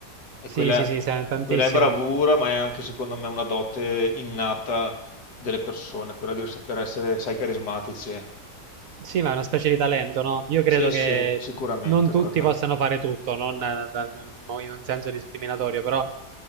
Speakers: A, on the left (about 75°); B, on the right (about 65°).
A: E
B: Sì,
A: quella,
B: sì, sì, sai, tantissimo.
A: e quella è bravura, ma è anche secondo me una dote innata delle persone, quella di saper essere, sai, carismatici.
B: Sì, ma è una specie di talento, no? Io credo
A: Sì, sì,
B: che
A: sicuramente,
B: non tutti
A: guarda.
B: possano fare tutto, non eh, da- in un senso discriminatorio, però